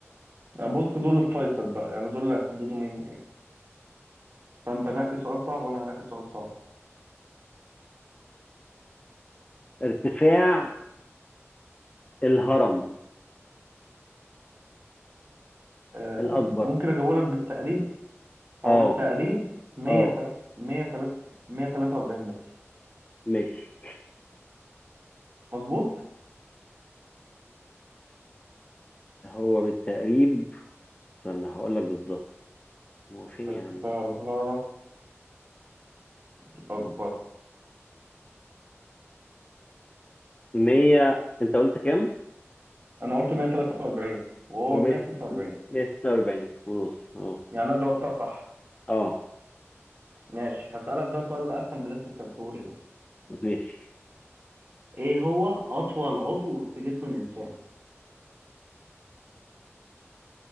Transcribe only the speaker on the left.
ارتفاع الهرم
الأكبر
أه
أه
ماشي
هو بالتقريب استنى هقول لك بالظبط هو فين
يا عم
100 أنت قلت كام؟
هو
146 ونص أه
أه
ماشي